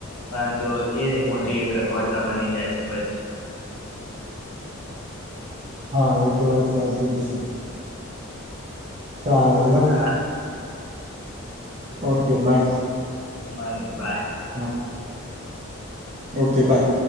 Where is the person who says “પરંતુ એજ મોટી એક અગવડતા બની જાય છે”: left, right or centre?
Left